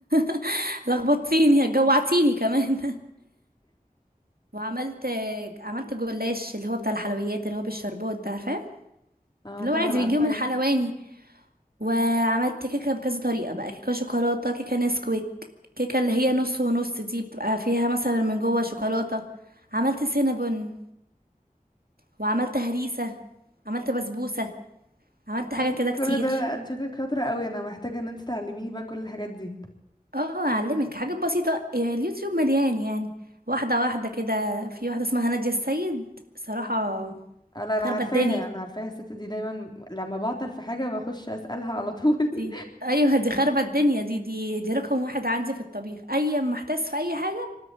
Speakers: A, on the right; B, on the left.
A: <laughs> لخبطتيني جوعتيني كمان <laughs> وعملت عملت جلاش اللي هو بتاع الحلويات اللي هو بالشربات ده عارفاه
B: اه
A: اللي
B: طبعا
A: هو عادي
B: عارفاه
A: بنجيبه من حلواني وعملت كيكة بكذا طريقة بقى كيكة شوكولاتة كيكة نسكويك كيكة اللي هي نص ونص دي بتبقى فيها مثلا من جوه شوكولاتة عملت سينابون وعملت هريسة عملت بسبوسة عملت حاجات
B: إيه،
A: كده كتير
B: كل ده انت شكلك شاطرة قوي انا محتاجة ان انت تعلميني بقى كل الحاجات دي
A: اه اعلمك حاجات بسيطة آه، اليوتيوب مليان يعني واحدة واحدة كده في واحدة اسمها نادية السيد صراحة
B: اه لا انا
A: خربت
B: عارفاها
A: الدنيا
B: انا عارفاها الست دي دايما لما بعطل في حاجة بخش اسألها على طول
A: دي ايوه دي خربت الدنيا دي دي دي رقم واحد عندي في الطبيخ اي ما احتاس في اي حاجة